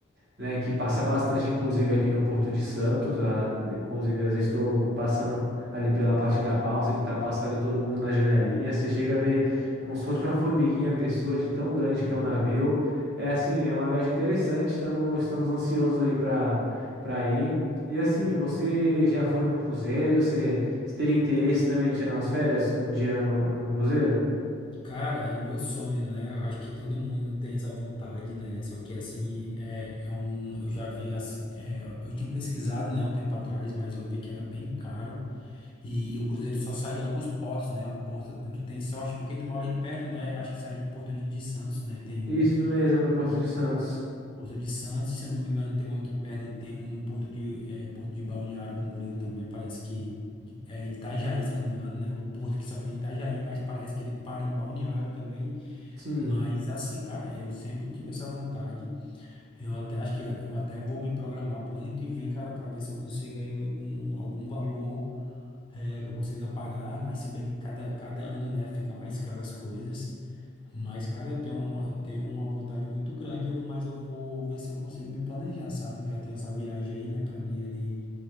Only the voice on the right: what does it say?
né, que passa bastante, inclusive, aqui no Porto de Santos. A, inclusive, às vezes estou passando ali pela parte da balsa, ele está passando e todo mundo na janelinha. Você chega a ver como se fosse uma formiguinha a pessoa de tão grande
que é o navio. É assim, é uma viagem interessante, estamos, estamos ansiosos aí para para ir. E assim, você já foi num cruzeiro? Você, você teria interesse também de tirar umas férias um dia num, num cruzeiro?
Isso mesmo, no Porto
de Santos.
Sim.